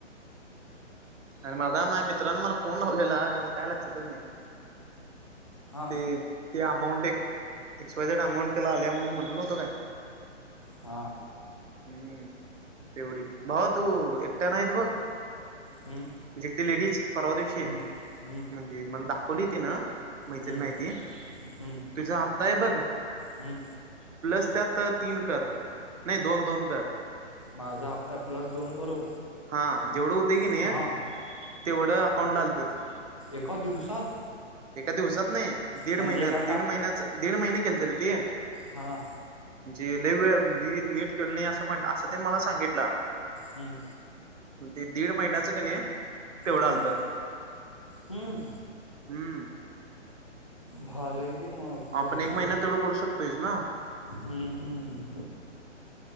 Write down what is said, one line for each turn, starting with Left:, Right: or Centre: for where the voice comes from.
Right: अरे मर्दा माझ्या मित्रानं मला फोन लावलेला काय लक्षातच नाही.
Left: हा
Right: ते ते अमाऊंट एक एक्स वाय झेड अमाऊंट त्याला आल्या म्हणून म्हटलं नव्हतं काय.
Left: हा.
Right: हम्म तेवढी भावा तू एकट्या नाहीत बघ.
Left: हम्म,
Right: म्हणजे एकटी लेडीज परवा दिवशी
Left: हम्म, हम्म,
Right: म्हणजे मला दाखवली तीनं मैत्रीण
Left: हम्म,
Right: आहे ती
Left: हम्म,
Right: तुझा हप्ता आहे बघ.
Left: हम्म.
Right: प्लस त्यात तीन कर नाही दोन-दोन कर.
Left: माझा हप्ता प्लस दोन करू.
Right: हा जेवढं होत की
Left: हा
Right: नाही तेवढं अकाउंट आलतेत.
Left: एक दिवसात
Right: एका दिवसात नाही दीड
Left: म्हणजे
Right: महिन्यात-
Left: एका
Right: दीड महिन्यात दीड महिने केल तरे ते.
Left: हां.
Right: म्हणजे लय वेळ नीट केलो नाही, असं तेन मला सांगितला.
Left: हम्म.
Right: आणि ते दीड महिन्याचं कणी. तेवढं
Left: हम्म
Right: आलत
Left: हम्म.
Right: हम्म.
Left: भारी आहे की, मग पैसे
Right: आपण एक महिन्यात तेवढं करू शकतोयस ना
Left: हं हं.